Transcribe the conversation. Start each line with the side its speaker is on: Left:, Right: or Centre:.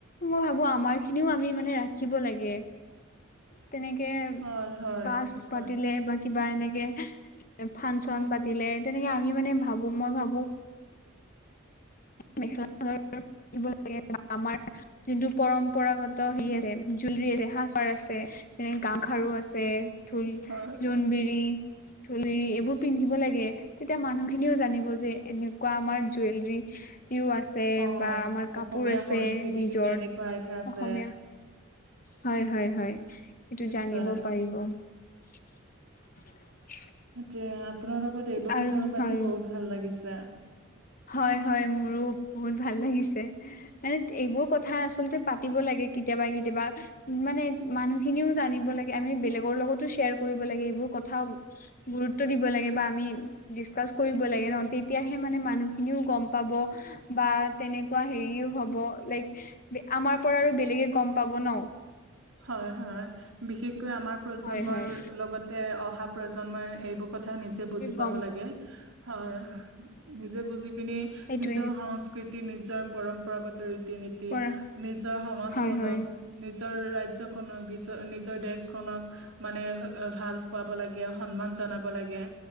Left: মই ভাবো আমাৰ খিনিও আমি মানে ৰাখিব লাগে তেনেকে
Right: হয় হয়
Left: কাজ
Right: নিশ্চয়
Left: পাতিলে বা কিবা এনেকে ফাংচন পাতিলে তেনেকে আমি মানে ভাবো মই ভাবো মেখেলা চাদৰ আমাৰ যোনটো পৰম্পৰাগত হে আছে জুলৰী আছে সাজপাৰ আছে যেনে গাম খাৰু আছে ঢোল
Right: হয়
Left: জোনবিৰি ঢো এইবোৰ পিন্ধিব লাগে তেতিয়া মানুহ খিনিও জানিব যে এনেকুৱা আমাৰ জুৱেলৰী ইয়ো আছে
Right: অ
Left: বা আমাৰ
Right: অসমীয়া
Left: কাপোৰ আছে
Right: সংস্কৃতিতো
Left: নিজৰ
Right: তেনেকুৱা আইঠা আছে
Left: অসমীয়া হয় হয় হয় সেইটো
Right: নিশ্চয়
Left: জানিব পাৰিব <unintelligible>
Right: যে আপোনাৰ লগত এইবোৰ
Left: আৰু
Right: কথা পাতি
Left: হয়
Right: বহুত ভাল লাগিছে
Left: হয় হয় মোৰো বহুত ভাল লাগিছে মানে এইবোৰ কথা আচলতে পাতিব লাগে কেতিয়াবা কেতিয়াবা কিবা মানে মানুহ খিনিও জানিব লাগে আমি বেলেগৰ লগতো শ্বেয়াৰ কৰিব লাগে এইবোৰ কথা গুৰুত্ব দিব লাগে বা আমি ডিচকাচ কৰিব লাগে নহ তেতিয়াহে মানে মানুহ ইয়ো গম পাব বা তেনেকুৱা হেৰিও হব লাইক আমাৰ পৰা আৰু বেলেগ সি গম পাব ন
Right: হয় হয় বিশেষকৈ আমাৰ প্ৰজন্মৰ
Left: হয় হয়
Right: লগতে অহা প্ৰজন্মই এইবোৰ কথা নিজে বুজি পাব
Left: গম
Right: লাগে হয় নিজে বুজি
Left: সেইটোৱে
Right: নিজৰ সংস্কৃতি নিজৰ পৰম্পৰাগত ৰীতি নীতি
Left: পৰা
Right: নিজৰ সমাজখন
Left: হয় হয়
Right: নিজ <unintelligible> ৰাজ্যখনক নিজৰ দেশখনক মানে এ ভাল পাব লাগে সন্মান জনাব লাগে